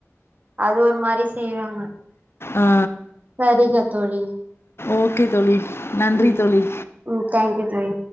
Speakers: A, on the right (about 35°); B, on the left (about 55°).
A: அது ஒரு மாறி செய்வாங்க
B: ஆ
A: சரிங்க தோழி
B: ஓகே தோழி நன்றி
A: ம்
B: தோழி
A: ம் தேங்க் யூ தோழி